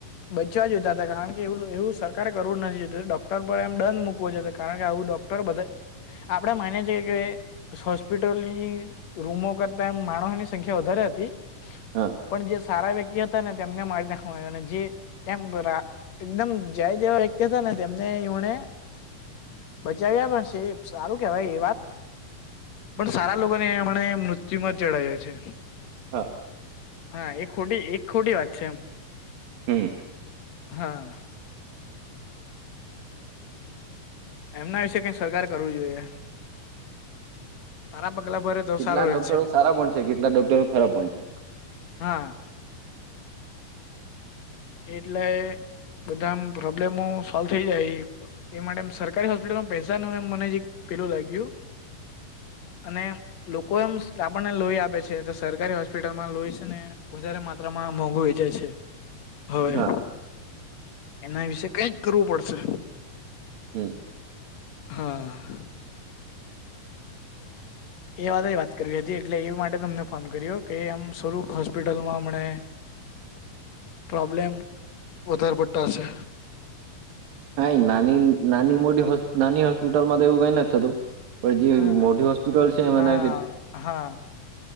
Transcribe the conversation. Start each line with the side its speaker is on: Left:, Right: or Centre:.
Left: બચવા જોયતા હતા કારણ કે એવુંલુ એવું સરકારે કરવું નથી જોતું ડોક્ટર પર એમ દંન મુકવો જોતો કારણ કે આવું ડોક પર બધાય આપડે માનીએ છીએ કે સહોસ્પિટલની રૂમો કરતા એમ માણહની સંખ્યા વધારે હતી
Right: હા.
Left: પન જે સારા વ્યક્તિ હતા ને તેમને મારી નાખવામાં આયવા ને જે તેમ બરા એકદમ જાય તેવા વ્યક્તિ હતા ને તેમને એવોને બચાવ્યા પણ સે સારું કેવાય એ વાત પણ સારા લોકોને મને મૃત્યુમાં ચડાયા છે.
Right: હ
Left: હા એ ખોટી એક ખોટી વાત છે એમ
Right: હમ્મ.
Left: હા. એમના વિશે કઈ સરકારે કરવું જોઈએ. સારા બગલા ભરે તો
Right: કેટલાક
Left: સારું
Right: ડોક્ટરો
Left: રહે છે
Right: સારા પણ છે કેટલાક ડોક્ટરો ખરાબ પણ છે.
Left: હા. એટલે બધા આમ પ્રોબ્લેમો સોલ્વ થઈ જાય એમ એ માટે એમ સરકારી હોસ્પિટલમાં પૈસા ન એમ મને હજીક પેલું લાગ્યું અનેમ લોકો એમસ લાપણને લોઇ આપે છે તો સરકારી હોસ્પિટલમાં લોઇ સેને વધારે માત્રામાં મોંઘુ વેચાય છે. હોય
Right: હા
Left: એમના વિશે કઈક કરવું પડશે.
Right: હમ્મ.
Left: હા-હા-હા. ઈએ વાત જ વાત કરવી હતી એટલે એવ માટે તમને ફોન કર્યો કે આમ સ્વરૂ ખાસ પિટલમાં અમણે પ્રોબ્લેમ વધાર પડતાં હશે.
Right: નઈન નાનીન નાની મોટી હોસ નાની હોસ્પિટલ માં તો એવું કઈ નથ થતું પર જે
Left: હા
Right: મોટી હોસ્પિટલ
Left: મોટી
Right: છે એમાંનાય
Left: હા
Right: કે
Left: હા